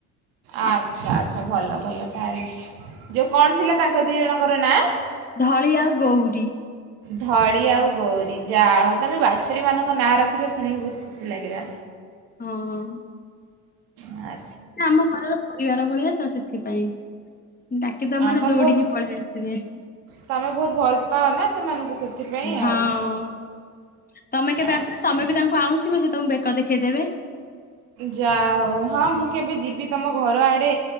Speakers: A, on the right; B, on the left.
A: ଆଚ୍ଛା
B: ଆଉ
A: ଆଚ୍ଛା ଭଲ ଭଲ ତାହଲେ ଯେଉ କଣ ଥିଲା ତାଙ୍କ ଦି ଜଣଙ୍କର ନାଁ?
B: ଧଳି ଆଉ ଗଉରୀ।
A: ଧଳି ଆଉ ଗୌରୀ ଯାହା ହଉ ତମେ ବାଛୁରୀମାନଙ୍କ ନାଁ ରଖିଛ ଶୁଣିକି ବହୁତ ଖୁସି ଲାଗିଲା।
B: ହଁ।
A: ଆ
B: ଆମ ଘରର ପରିବାର ଭଳିଆ ତ ସେଥିପାଇଁ ଡାକିଦବ
A: ହଁ
B: ମାନେ
A: ତମେ
B: ଦୌଡିକି
A: ବହୁତ
B: ପଳେଇ ଆସିବେ,
A: ତମେ ବହୁତ ଭଲ ପାଅ ନା ସେମାନଙ୍କୁ ସେଥିପାଇଁ
B: ହଁ
A: ଆଉ
B: ତମେ କେବେ
A: ଆଚ୍ଛା
B: ଆସିବ ତମେ ବି ତାଙ୍କୁ ଆଉଁସିବ ସେ ତମ ବେ କ ଦେଖେଇଦେବେ।
A: ଯା ହଉ ହଁ ମୁଁ କେବେ ଯିବି ତମ ଘର ଆଡ଼େ